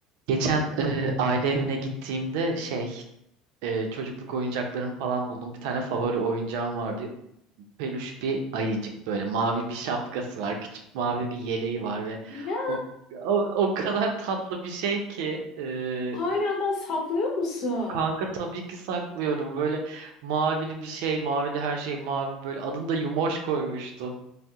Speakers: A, on the right (about 75°); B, on the left (about 50°).
A: Geçen e, aile evine gittiğimde şey e, çocukluk oyuncaklarımı falan buldum. Bir tane favori oyuncağım vardı. Peluş bir ayıcık böyle mavi bir şapkası var. Küçük mavi bir yeleği var ve
B: Ya
A: o o, o kadar tatlı bir şey ki e,
B: hala da saklıyor musun?
A: kanka tabii ki saklıyorum. Böyle mavili bir şey, mavili her şey mavi böyle adını da Yumoş koymuştum.